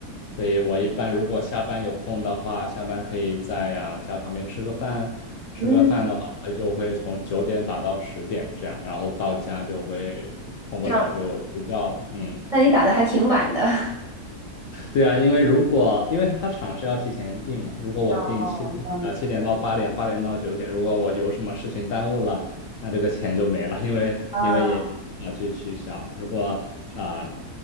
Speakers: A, on the left (about 65°); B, on the right (about 35°).
A: 所以我一般如果下班有空的话，下班可以在呀、家旁边吃个饭。吃个饭的话，
B: 嗯，
A: 我就会从九点打到十点这样，然后到家就会冲个澡就睡觉了。
B: 这样，
A: 嗯，
B: 那你打的还挺晚的。<laughs>
A: 对啊，因为如果因为他场是要提前定嘛，如果我定七啊七点到八点，
B: 哦，这样子。
A: 八点到九点，如果我有什么事情耽误了，那这个钱就没了，因为因为也也没法去取消。
B: 啊，
A: 如果啊